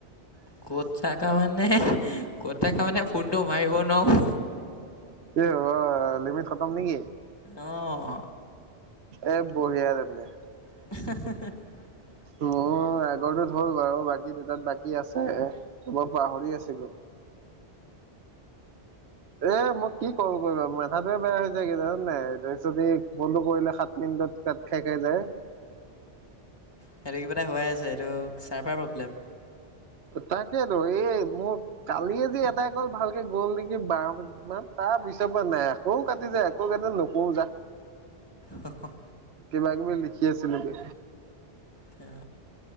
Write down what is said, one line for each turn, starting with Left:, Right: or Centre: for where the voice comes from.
Left: কত থাকা মানে ক'ত থাকা মানে ফোনটো মাৰিব- নহো
Right: এ হ'বা লিমিট খতম নেকি?
Left: অহ।
Right: এই বঢ়িয়া তেন্তে।
Left: <unintelligible>
Right: মোৰ আগৰটোত হ'ল বাৰু, বাকী দুটাত বাকী আছে। কব পাহৰি আছিলো। এ মোক কি কল কৰিবা, মেথাতোয়ে বেয়া হৈ যায় কি জানা নাই, তাৰপিছত ফোনটো কৰিলে সাত মিনিট, কুনদত কাত খাই খাই যায়।
Left: সেইটো কিবা এটা হোৱাই আছে, এইটো চাৰফাৰ প্ৰব্লেম।
Right: তাকেটো, এ মোৰ কালিয়ে যি এটাই কল ভালকে গ'ল নেকি বাৰ মিনিটমান। তাৰ পিছৰ পৰা নাই, আকৌ কাটি যায়, আকৌ কাটে নকৰো যা।
Left: হ হ।
Right: কিবা কিবি লিখি আছিলো গে।
Left: থেয়া